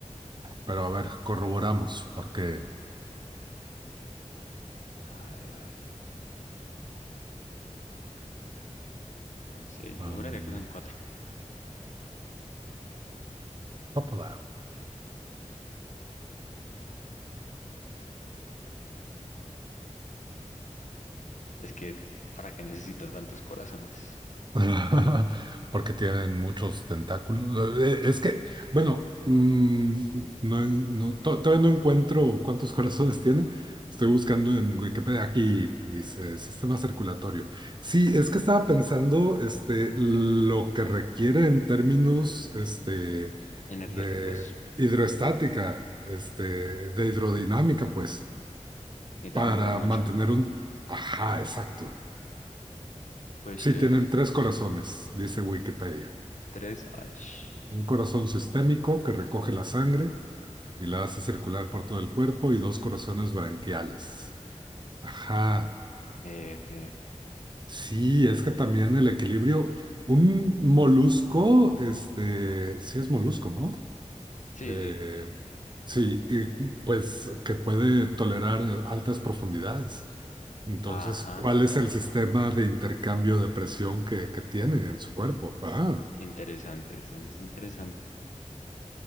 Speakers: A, on the right; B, on the left.
A: Pero a ver, corroboramos porque...
B: A ver, a ver. No sé,
A: ah,
B: yo juraría que son cuatro
A: tópala.
B: Es que, ¿para qué necesito tantos corazones
A: <laughs> Porque tienen muchos tentáculos. Eh, Es que, bueno, mm, no, en- no- to- todavía no encuentro cuántos <laughs> corazones tiene. Estoy buscando en Wikipedia. Aquí dice sistema circulatorio. Sí, es que estaba pensando este, lo que requiere en términos este,
B: energéticos?
A: de hidroestática, este, de hidrodinámica, pues,
B: Necesita
A: para
B: bombear mucho.
A: mantener un... Ajá, exacto.
B: Puede ser
A: Sí, tienen tres corazones, dice Wikipedia.
B: tres h
A: Un corazón sistémico que recoge la sangre y la hace circular por todo el cuerpo y dos corazones branquiales. Ajá.
B: F
A: Sí, es que también el equilibrio, un molusco, este, sí es molusco, ¿no?
B: Sí,
A: Eh,
B: sí.
A: sí, y, pues que puede tolerar eh, altas profundidades. Entonces,
B: Ajá.
A: ¿cuál es el sistema de intercambio de presión que, que tiene en su cuerpo? Ah.
B: Interesante, eso es interesante.